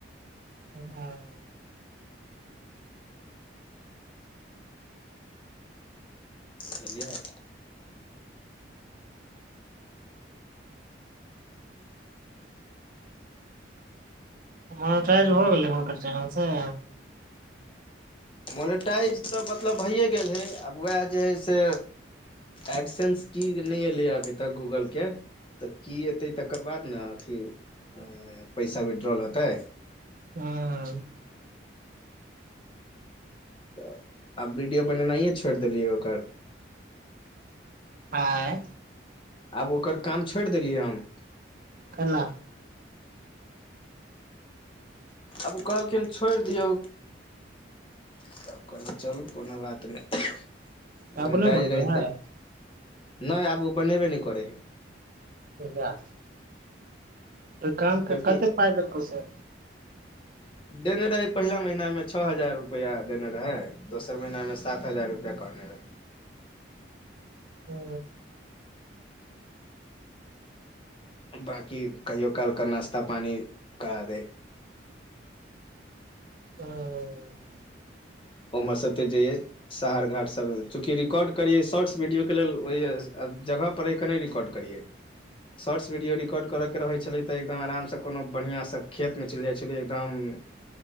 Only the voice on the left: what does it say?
बुझलियै?
मोनेटाइज तऽ मतलब भइए गेल हइ, आब उएह जे हइ से। एक्सेस की नहि एलै अभी तक गूगलके? तऽ की एतै? तकर बाद ने अथी पैसा विड्रॉल हेतै?
तऽ आब वीडियो बनेनाइ छोड़ि देलियै ओकर।
आब ओकर काम छोड़ि देलियै हम।
आब ओ कहलखिन, छोड़ि दियौ। तब कहली, चलू, कोनो बात नहि,
मोनेटाइज
रहितै।
नहि, आब ओ बनेबे नहि करै हइ।
जबकि
देने रहे, पहिला महीनामे छः हजार रुपैया देने रहे, दोसर महीनामे सात हजार रुपैया कहने रहे।
बाँकी कहियो काल कऽ नाश्ता पानी करा दै।
ओम्हरसे जाइए। शहर घाट सभ चूँकि रिकॉर्ड करिए शॉर्ट्स वीडियोके लेल, ओहि जगहपर हे कि नहि रिकॉर्ड? करिए। शॉर्ट्स वीडियो रिकॉर्ड करऽ के रहै छलै तऽ एकदम आरामसँ कोनो बढ़िआँ सँ खेतमे चलि जाइ छलियै, एकदम।